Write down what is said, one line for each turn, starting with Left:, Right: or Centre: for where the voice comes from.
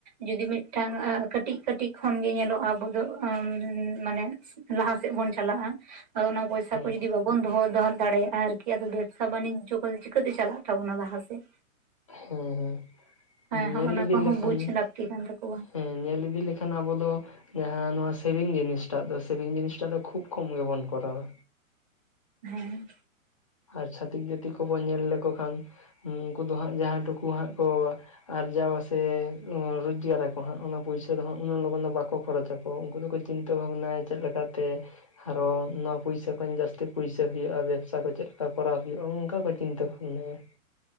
Right: ᱡᱩᱚᱫᱤ ᱢᱤᱫᱴᱟᱝ ᱠᱟᱹᱴᱤᱡ ᱠᱟᱹᱴᱤᱡ ᱠᱷᱚᱱᱜᱮ ᱧᱮᱞᱚᱜᱼᱟ ᱟᱵᱚ ᱫᱚ ᱢᱟᱱᱮᱼᱼ ᱞᱟᱦᱟᱥᱮᱫ ᱵᱚᱱ ᱪᱟᱞᱟᱜᱼᱟ ᱟᱫᱚ ᱚᱱᱟ ᱯᱚᱭᱥᱟ
Left: ᱦᱮᱸ
Right: ᱠᱚ ᱡᱚᱫᱤ ᱵᱟᱼᱼ ᱵᱚᱱ ᱫᱚᱦᱚ ᱫᱚᱦᱚ ᱫᱟᱲᱮᱭᱟᱜᱼᱟ ᱟᱨᱠᱤ ᱟᱫᱚ ᱵᱮᱵᱽᱥᱟ ᱵᱟᱱᱤᱡᱚ ᱠᱚᱫᱚ ᱪᱤᱠᱟᱹᱛᱮ ᱪᱟᱞᱟᱜ ᱛᱟᱵᱚᱱᱟ ᱞᱟᱦᱟ ᱥᱮᱫᱼᱼ
Left: ᱦᱮᱸ ᱦᱮᱸ
Right: ᱦᱮᱸ
Left: ᱧᱮᱞ
Right: ᱦᱮ ᱚᱱᱟ
Left: ᱤᱫᱤ
Right: ᱠᱚᱦᱚᱸ
Left: ᱞᱮᱠᱷᱟᱱ
Right: ᱵᱩᱡ ᱞᱟᱹᱠᱛᱤ ᱠᱟᱱ ᱛᱟᱠᱚᱣᱟ᱾
Left: ᱦᱮᱸ ᱧᱮᱞ ᱤᱫᱤ ᱞᱮᱠᱷᱟᱱ ᱟᱵᱚ ᱫᱚᱼᱼ ᱡᱟᱦᱟᱸ ᱱᱚᱣᱟ ᱥᱮᱵᱷᱤᱝ ᱡᱤᱱᱤᱥᱴᱟᱜ ᱫᱚ ᱥᱮᱵᱷᱤᱝ ᱡᱤᱱᱤᱥᱴᱟᱜ ᱫᱚ ᱠᱷᱩᱵ ᱠᱚᱢ ᱜᱮᱵᱚᱱ ᱠᱚᱨᱟᱣᱟ᱾
Right: ᱦᱮᱸ
Left: ᱟᱨ ᱪᱷᱟᱹᱛᱤᱠ ᱡᱟᱹᱛᱤ ᱠᱚᱵᱚᱱ ᱧᱮᱞ ᱞᱮᱠᱚ ᱠᱷᱟᱱ ᱩᱱᱠᱩ ᱫᱚ ᱦᱟᱸᱜ ᱡᱟᱦᱟᱸ ᱴᱩᱠᱩ ᱦᱟᱸᱜ ᱠᱚᱼᱼ ᱟᱨᱡᱟᱣ ᱥᱮ ᱨᱳᱡᱽᱜᱟ ᱨᱟᱠᱚ ᱦᱟᱸᱜ ᱚᱱᱟ ᱯᱩᱭᱥᱟᱹ ᱫᱚ ᱦᱟᱸᱜ ᱩᱱᱟᱹᱜ ᱞᱚᱜᱚᱱ ᱫᱚ ᱵᱟᱠᱚ ᱠᱷᱚᱨᱚᱪᱟᱠᱚ᱾ ᱩᱱᱠᱩ ᱫᱚᱠᱚ ᱪᱤᱱᱛᱟᱹ ᱵᱷᱟᱵᱽᱱᱟ ᱪᱮᱫ ᱞᱮᱠᱟᱛᱮᱼᱼ ᱟᱨᱚ ᱱᱚᱣᱟ ᱯᱩᱭᱥᱟᱹ ᱠᱷᱚᱱ ᱡᱟᱹᱥᱛᱤ ᱯᱩᱭᱥᱟᱹ ᱦᱩᱭᱩᱜᱼᱟ ᱵᱮᱵᱽᱥᱟ ᱠᱚ ᱪᱮᱫᱼᱼ ᱠᱚᱨᱟᱣ ᱦᱩᱭᱩᱜᱼᱟ ᱚᱝᱠᱟ ᱠᱚ ᱪᱤᱱᱛᱟᱹ ᱵᱷᱟᱵᱽᱱᱟᱭᱟ᱾